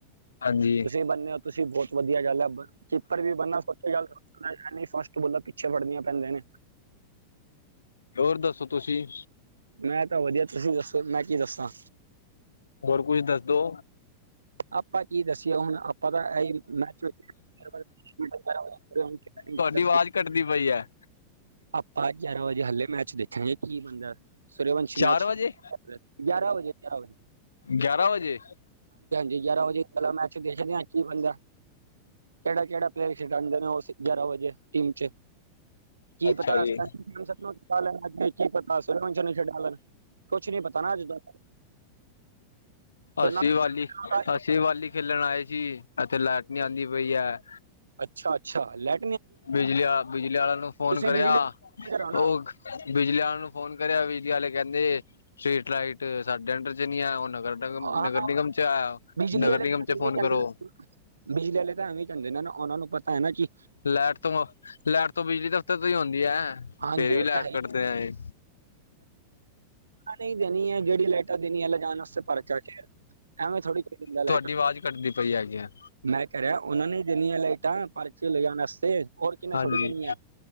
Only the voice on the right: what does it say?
ਤੁਸੀਂ ਬੰਨੇ ਹੋ ਤੁਸੀਂ ਬਹੁਤ ਵਧੀਆ ਗੱਲ ਹੈ ਚਿੱਪੜ ਵੀ ਬਣਨਾ ਸਚੀ ਗੱਲ। ਨੀ ਫਸਟ ਬੋਲਦਾ ਪਿੱਛੇ ਫੜਦੀੀਆਂ ਪੈਂਦੇਆਂ ਨੇ
ਮੈਂ ਤਾਂ ਵਧੀਆ, ਤੁਸੀਂ ਦੱਸੋ ਮੈਂ ਕੀ ਦੱਸਾਂ?
ਆਪਾਂ ਕੀ ਦੱਸਿਆ ਹੁਣ ਆਪਾਂ ਤਾਂ ਇ ਮੈਂ <unintelligible>
ਆਪਾਂ ਗਿਆਰਾਂ ਵਜੇ ਹਾਲੇ ਮੈਚ ਦੇਖਾਗੇ ਕੀ ਬੰਦਾ ਸੁਰੇਵੰਸ਼ੀ
ਮੈਚ
ਗਿਆਾਰਾਂ ਵਜੇ ਗਿਆਰਾਂ ਵਜੇ
ਜੇ ਗਿਆਰਾਂ ਵਜੇ ਪਹਿਲਾ ਮੈਚ ਦੇਖਦੇ ਹ ਇੱਕੀ ਬੰਦ ਦਾ। ਕਿਹਾ ਕੇਹੜਾ ਪਲੇਅਰ ਸੀ ਅੰਦਰ ਉਹ ਜਾਰ ਹੋ ਜੇ ਟੀਮ ਚ ਕੀ
ਪਤਾਸ
ਕੀ ਪਤਾਸ ਨਛੇ ਡਾਲਣ ਕੁਛ ਨੀ ਪਤਾ ਨਾ ਜਦੋਂ, ਦੋਨਾਂ
ਦਾ
ਅੱਛਾ, ਅੱਛਾ ਲੈ
ਬਿਜਲੀ ਕਰੋ ਨਾ
ਹਾਂ
ਬਿਜਲੀ
ਵਾਲੇ ਤਾਂ
ਐਵੇਂ
ਹੀ ਕਹਿੰਦੇ
ਬਿਜਲੀ ਵਾਲੇ ਤਾਂ ਐਵੇਂ ਜਾਂਦੇ ਨੇ ਨਾ ਉਹਨਾਂ ਨੂੰ ਪਤਾ ਹੈ ਨਾ ਜੀ
ਹਾਂਜੀ
ਉਹ
ਤਾਂ ਹੈ
ਨਹੀਂ ਦੇਣੀ ਹੈ ਜਿਹੜੀ ਲੈਆਟਰ ਦੇਣੀ ਹੈ ਲਿਜਣ ਵਸਤੇ ਪਰਚਾ ਐਵੇ ਥੋੜੀ ਚ
ਲੈਟ
ਮੈਂ ਕਹਿ ਰਿਹਾ, ਉਹਨਾਂ ਨੇ ਦੇਨੀਆਂ ਲਾਈਟਾਂ ਪਾਰਕ ਲੈਣ ਵਸਤੇ, ਹੋਰ ਕਿ
ਥੋੜੀ ਦਨੀ ਆ